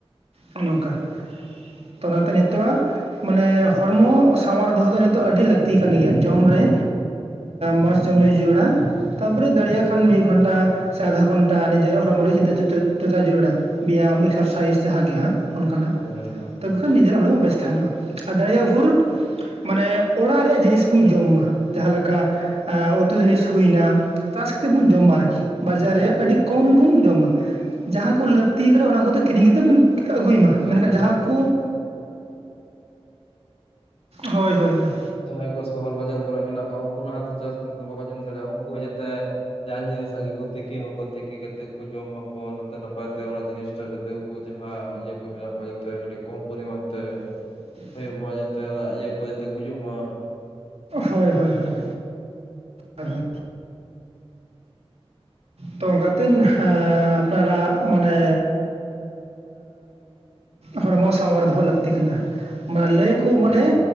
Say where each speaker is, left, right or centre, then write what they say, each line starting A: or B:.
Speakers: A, on the right; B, on the left.
A: ᱱᱚᱜᱼᱱᱚᱝᱠᱟ ᱛᱚ ᱚᱱᱟᱛᱮ ᱱᱤᱛᱚᱜ-ᱟ ᱢᱟᱱᱮ ᱦᱚᱲᱢᱚ ᱥᱟᱶᱟᱨ ᱫᱚᱦᱚ ᱫᱚ ᱱᱤᱛᱚᱜ ᱟᱹᱰᱤ ᱞᱟᱹᱠᱛᱤ ᱠᱟᱱ ᱜᱮᱭᱟ ᱡᱚᱢ ᱨᱮ ᱢᱚᱸᱡᱽ ᱡᱚᱢ ᱧᱩ <unintelligible> ᱛᱟᱯᱚᱨᱮ ᱫᱟᱲᱮᱭᱟᱜ ᱠᱷᱟᱱ ᱢᱤᱫ ᱜᱷᱚᱱᱴᱟ ᱥᱮ ᱟᱫᱷᱟ ᱜᱷᱚᱱᱴᱟ ᱱᱮᱡᱮᱨᱟᱜ ᱦᱚᱲᱢᱚ ᱞᱟᱹᱜᱤᱫ <unintelligible> ᱡᱩᱲᱟ ᱵᱮᱭᱟᱢ ᱮᱠᱥᱟᱨᱥᱟᱭᱤᱡ ᱡᱟᱦᱟᱸ ᱜᱮ ᱦᱟᱸᱜ ᱚᱱᱠᱟᱱᱟᱜ
B: ᱦᱚᱭ ᱟᱫᱚ
A: ᱛᱚᱵᱮ ᱠᱷᱟᱱ ᱱᱤᱡᱮᱨᱟᱜ ᱦᱚᱲᱢᱚ ᱵᱮᱥ ᱛᱟᱦᱮᱱᱚᱜ-ᱟ ᱟᱨ ᱫᱟᱲᱮᱭᱟᱜ ᱵᱷᱳᱨ ᱢᱟᱱᱮ ᱚᱲᱟᱜ ᱨᱮᱭᱟᱜ ᱡᱤᱱᱤᱥ ᱵᱚᱱ ᱡᱚᱢᱼᱢᱟ ᱡᱟᱦᱟᱸ ᱞᱮᱠᱟ ᱟᱻ ᱩᱛᱩ ᱡᱤᱱᱤᱥ ᱦᱩᱭ ᱮᱱᱟ ᱪᱟᱥ ᱠᱟᱛᱮᱜ ᱵᱚᱱ ᱡᱚᱢ ᱢᱟ ᱟᱨᱠᱤ ᱵᱟᱡᱟᱨ
B: ᱦᱳᱭ
A: ᱨᱮᱭᱟᱜ ᱟᱹᱰᱤ ᱠᱚᱢ ᱵᱚᱱ ᱡᱚᱢ‌ ᱢᱟ ᱡᱟᱦᱟᱸ ᱠᱚ ᱞᱟᱹᱠᱛᱤ ᱟᱠᱟᱱᱟ ᱚᱱᱟ ᱠᱚᱫᱚ ᱠᱤᱨᱤᱧ ᱠᱟᱛᱮ ᱵᱚᱱ ᱟᱹᱜᱩᱭ ᱢᱟ
B: ᱪᱟᱥ ᱜᱟᱱᱚᱜ
A: ᱠᱩ ᱦᱳᱭ ᱦᱳᱭ ᱦᱳᱭ
B: ᱡᱟᱦᱟᱸᱭ ᱠᱚ ᱥᱚᱦᱚᱨ ᱵᱟᱡᱟᱨ ᱠᱚᱨᱮ ᱢᱮᱱᱟᱜ ᱠᱚᱣᱟ ᱩᱱᱠᱩ ᱱᱷᱟᱜ ᱪᱟᱥ ᱠᱟᱛᱮ ᱫᱚ ᱵᱟᱠᱚ ᱡᱚᱢ ᱫᱟᱲᱮᱭᱟᱜᱼᱟ ᱩᱱᱠᱩ ᱦᱚᱸ ᱡᱟᱛᱮ ᱡᱟᱦᱟᱱ ᱡᱤᱱᱤᱥᱟᱜ ᱜᱮᱠᱚ ᱛᱤᱠᱤ ᱢᱟᱠᱚ ᱛᱤᱠᱤ ᱠᱟᱛᱮ ᱠᱚ ᱡᱚᱢ ᱢᱟᱠᱚ ᱚᱱᱟ ᱛᱮ ᱱᱟᱯᱟᱭ ᱛᱮ ᱚᱱᱟ ᱡᱤᱱᱤᱥ ᱡᱟᱛᱮ ᱩᱱᱠᱩ ᱡᱟᱦᱟᱸ ᱤᱭᱟᱹ ᱠᱚ ᱢᱮᱱᱟᱜ ᱠᱚᱣᱟ ᱡᱟᱛᱮ ᱠᱟᱹᱴᱤᱡ ᱠᱚᱢ ᱯᱚᱨᱤᱢᱟᱱ ᱛᱮ
A: <inaudible>
B: ᱦᱩᱭᱩᱜ ᱢᱟ ᱡᱟᱛᱮ <unintelligible> ᱤᱭᱟᱹ ᱠᱚ ᱡᱟᱛᱮ ᱜᱩᱡᱩᱜ ᱢᱟ
A: ᱦᱳᱭ ᱦᱳᱭ ᱦᱳᱭ ᱦᱳᱭ ᱛᱚ ᱚᱱᱠᱟᱛᱮᱱ ᱟᱯᱱᱟᱨᱟᱜ ᱢᱟᱱᱮ ᱦᱚᱲᱢᱚ ᱥᱟᱶᱭᱟᱨ ᱫᱚᱦᱚ ᱞᱟᱹᱠᱛᱤ ᱠᱟᱱᱟ ᱢᱟᱱᱮ ᱞᱟᱹᱭᱟᱠᱚ
B: ᱦᱳᱭ
A: ᱢᱟᱱᱮ